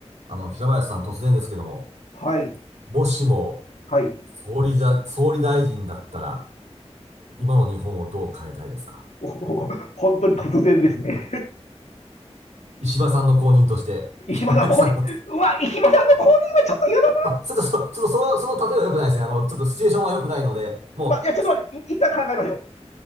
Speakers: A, on the right; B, on the left.
A: あの、平林さん、突然ですけども、
B: はい。
A: もしも、
B: はい。
A: 総理だ、総理大臣だったら、今の日本をどう変えたいですか
B: おお本当に突然ですね。
A: 石破さんの後任として、
B: 石破さん、
A: 平林さんがって、
B: 降臨、うわ、石破さんの降臨はちょっと嫌だ。
A: まあ、ちょっとそ、ちょっとその、その例えは良くないですね。あの、ちょっとシチュエーションは良くないので、もう、
B: まいや、ちょっと待って、い一旦考えましょ